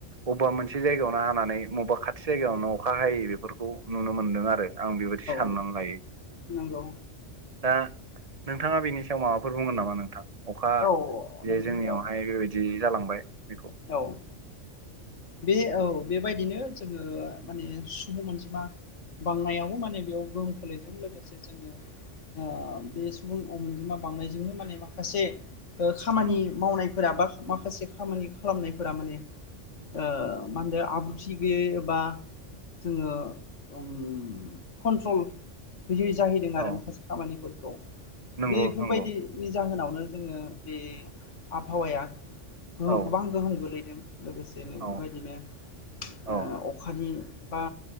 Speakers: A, on the right (about 35°); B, on the left (about 75°).
A: अबेबा मोनसे जायगायावनो हानानै बबेबा खाथि जायगायावनो अखा हायै बेफोरखौ नुनो मोन्दों आरो आं बेबायदि साननानै
B: औ
A: लायो
B: नंगौ
A: दा नोंथाङा बेनि सायाव माबाफोर बुंगोन नामा नोंथां अखा
B: औ नोंथां
A: जे जोंनियावहाय
B: औ
A: बेबायदि जालांबाय बेखौ
B: औ बे औ बेबायदिनो जोङो माने सुबुं अनजिमा बांनायावबो माने बेयाव गोहोम खोलैदों लोगोसे जोङो ओ बे सुबुं अनजिमा बांनायजोंनो माने माखासे ओ खामानि
A: उम
B: मावनायफोरा बा माखासे खामानि खालामनायफोरा माने ओ मा होनदो आब्रुथि गैयै एबा जोङो ओम कन्ट्रल गैयै जाहैदों
A: औ
B: आरो माखासे खामानिफोरखौ
A: नंगौ
B: बेफोरबायदि
A: नंगौ
B: बे जाहोनावनो जोङो बे आबहावाया गौ
A: औ
B: गोबां गोहोम गोलैदों। लोगोसेनो
A: औ
B: बेबायदिनो ओ
A: औ
B: अखानि बा